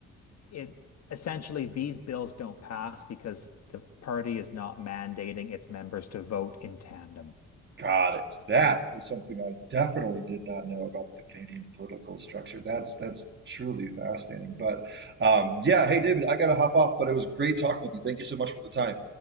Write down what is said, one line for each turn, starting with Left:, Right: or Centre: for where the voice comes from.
Left: it essentially these bills don't pass because the party is not mandating its members to vote in tandem.
Right: Got it. That is something I definitely did not know about the Canadian political structure. That's that's truly fascinating. But um, yeah, hey David, I gotta hop off, but it was great talking with you. Thank you so much for the time.